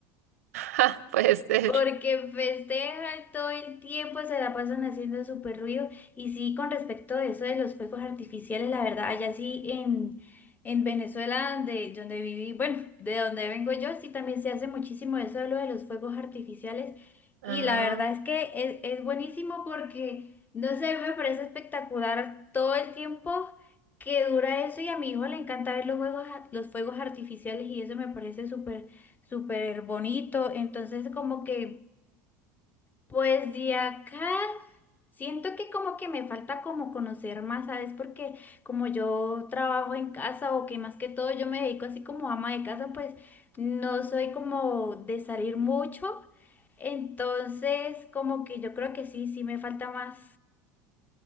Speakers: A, on the right; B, on the left.
A: <laughs> Ja, puede ser.
B: Porque festejan todo el tiempo, se la pasan haciendo súper ruido. Y sí, con respecto a eso de los fuegos artificiales, la verdad, allá sí en, en Venezuela, donde, donde viví, bueno, de donde vengo yo, sí también se hace muchísimo eso de lo de los fuegos artificiales.
A: Ah.
B: Y la verdad es que es, es buenísimo porque, no sé, me parece espectacular todo el tiempo que dura eso. Y a mi hijo le encanta ver los juegos, a- los fuegos artificiales y eso me parece súper súper bonito. Entonces, como que, pues de acá, siento que como que me falta como conocer más, ¿sabes? Porque como yo trabajo en casa o que más que todo yo me dedico así como ama de casa, pues no soy como de salir mucho. Entonces, como que yo creo que sí, sí me falta más.